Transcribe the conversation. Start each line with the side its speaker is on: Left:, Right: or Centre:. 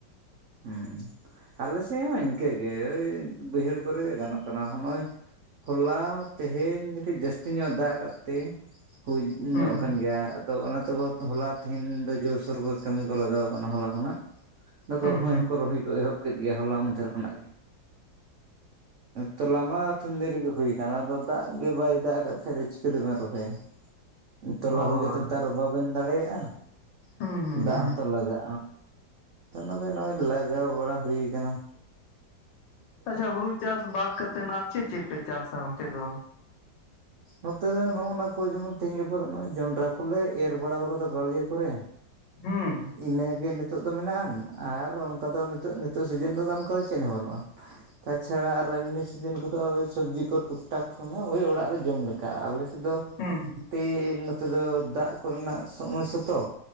Right: ᱦᱩᱸ ᱟᱞᱮ ᱥᱮᱫ ᱦᱚᱸ ᱤᱱᱠᱟᱹᱜᱮ ᱳᱭ ᱵᱟᱹᱭᱦᱟᱹᱲ ᱠᱚᱨᱮᱜᱮ ᱜᱟᱱᱚᱜ ᱠᱟᱱᱟ ᱦᱚᱸ ᱱᱚᱜᱼᱚᱭ ᱦᱚᱞᱟ ᱛᱮᱦᱮᱧ ᱠᱟᱹᱴᱤᱡ ᱡᱟᱹᱥᱛᱤ ᱧᱚᱜ ᱫᱟᱜ ᱟᱠᱟᱜ ᱛᱮ ᱦᱩᱭ
Left: ᱦᱩᱸ
Right: ᱧᱚᱜ ᱟᱠᱟᱱ ᱜᱮᱭᱟ ᱾ ᱛᱚ ᱚᱱᱟ ᱛᱮᱠᱚ ᱦᱚᱞᱟ ᱛᱮᱦᱤᱱ ᱫᱚ ᱡᱳᱨᱥᱳᱨ ᱠᱚ ᱠᱟᱹᱢᱤ ᱠᱚ ᱞᱟᱜᱟᱣ ᱠᱟᱱᱟ ᱦᱚᱞᱟ ᱠᱷᱚᱱᱟᱜ ᱫᱚᱠᱚ
Left: ᱦᱩᱸ
Right: ᱨᱚᱦᱚᱭ
Left: ᱦᱩᱸ
Right: ᱦᱚᱸᱠᱚ ᱨᱚᱦᱚᱭ ᱠᱚ ᱮᱦᱚᱵ ᱠᱮᱫ ᱜᱮᱭᱟ ᱦᱚᱞᱟ ᱢᱟᱫᱷᱮᱨ ᱠᱷᱚᱱᱟᱜ ᱜᱮ ᱛᱚᱞᱟᱢᱟ ᱟᱹᱛᱷᱟᱹᱱ ᱫᱤᱱ ᱨᱮᱜᱮ ᱦᱩᱭ ᱟᱠᱟᱱ ᱟᱫᱚ ᱫᱟᱜ ᱜᱮ ᱵᱟᱭ ᱫᱟᱜ ᱟᱠᱟᱫ ᱠᱷᱟᱡ ᱫᱚ ᱪᱤᱠᱟᱹᱛᱮᱵᱮᱱ ᱨᱚᱦᱚᱭᱟ ᱛᱚᱞᱟ
Left: ᱦᱳᱭ
Right: ᱦᱩᱭ ᱠᱟᱛᱮ ᱛᱚ ᱟᱨ ᱵᱟᱵᱮᱱ ᱫᱟᱲᱮᱭᱟᱜᱼᱟ
Left: ᱦᱩᱸ ᱦᱩᱸ
Right: ᱫᱟᱜ
Left: ᱦᱩᱸ
Right: ᱦᱚᱸᱛᱚ ᱞᱟᱜᱟᱜᱼᱟ ᱛᱚ ᱚᱱᱟᱜᱮ ᱱᱚᱜᱼᱚᱭ ᱞᱟᱜᱟᱣ ᱵᱟᱲᱟ ᱦᱩᱭ ᱟᱠᱟᱱᱟ
Left: ᱟᱪᱪᱷᱟ ᱦᱩᱲᱩ ᱪᱟᱥ ᱵᱟᱫ ᱠᱟᱛᱮ ᱪᱮ ᱪᱮᱫᱯᱮ ᱪᱟᱥᱟ ᱚᱱᱛᱮ ᱫᱚ?
Right: ᱱᱚᱛᱮ ᱫᱚ ᱱᱚᱜᱼ ᱚᱱᱟ ᱠᱚ ᱡᱮᱢᱚᱱ ᱛᱮᱦᱤᱧ ᱜᱟᱯᱟ ᱫᱚ ᱱᱚᱜᱼᱚᱭ ᱡᱚᱱᱰᱨᱟ ᱠᱚᱞᱮ ᱮᱨ ᱵᱟᱲᱟᱣ ᱟᱠᱟᱫᱟ ᱵᱟᱲᱜᱮ ᱠᱚᱨᱮ
Left: ᱦᱩᱸ
Right: ᱤᱱᱟᱹᱜᱮ ᱱᱤᱛᱚᱜ ᱫᱚ ᱢᱮᱱᱟᱜ ᱟᱨ ᱚᱱᱠᱟ ᱫᱚ ᱱᱤᱛᱚᱜ ᱱᱤᱛᱚᱜ ᱥᱤᱡᱤᱱ ᱫᱚ ᱚᱱᱠᱟ ᱪᱮᱫ ᱦᱚᱸ ᱵᱟᱹᱱᱩᱜᱼᱟ ᱛᱟᱪᱷᱟᱲᱟ ᱟᱨ ᱮᱢᱱᱤ ᱥᱤᱡᱤᱱ ᱠᱚᱫᱚ ᱳᱭ ᱥᱚᱵᱽᱡᱤ ᱠᱚ ᱴᱩᱠᱴᱟᱠ <unintelligible> ᱳᱭ ᱚᱲᱟᱜ ᱡᱚᱢ ᱞᱮᱠᱟ ᱟᱞᱮ ᱥᱮᱫ ᱫᱚ
Left: ᱦᱩᱸ
Right: <inaudible>
Left: ᱦᱮᱸ
Right: ᱠᱟᱹᱴᱤᱡ ᱱᱚᱛᱮ ᱫᱚ ᱫᱟᱜ ᱠᱚᱨᱮᱱᱟᱜ ᱥᱚᱢᱚᱥᱥᱟ ᱛᱚ,